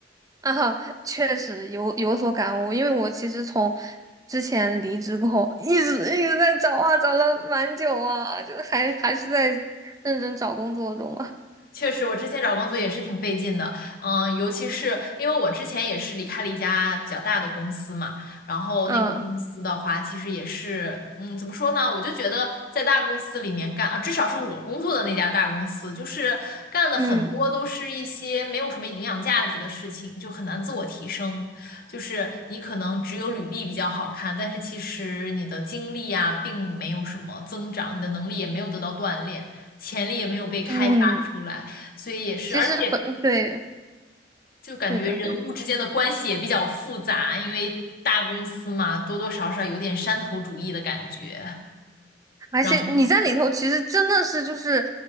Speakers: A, on the right; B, on the left.
A: 啊，确实有有所感悟，因为我其实从之前离职过后，一直一直在找啊，找了蛮久啊，就还还是在认真找工作中啊，
B: 确实，我之前找工作也是挺费劲的，嗯，尤其是因为我之前也是离开了一家比较大的公司嘛，然后那个公司的话，
A: 嗯
B: 其实也是，嗯，怎么说呢？我就觉得在大公司里面干，呃至少是我工作的那家大公司，就是干的很多都是一些没有什么营养价值的事情，
A: 嗯。
B: 就很难自我提升。就是你可能只有履历比较好看，但是其实你的经历啊，并没有什么增长，你的能力也没有得到锻炼，潜力也没有被开发出来。
A: 嗯
B: 所以也是，
A: 其实本对
B: 而且就感觉人物之间的关系也比较复杂，
A: 对的对的
B: 因为大公司嘛，多多少少有点山头主义的感觉。
A: 而且你在里头其实真的是就是
B: 然后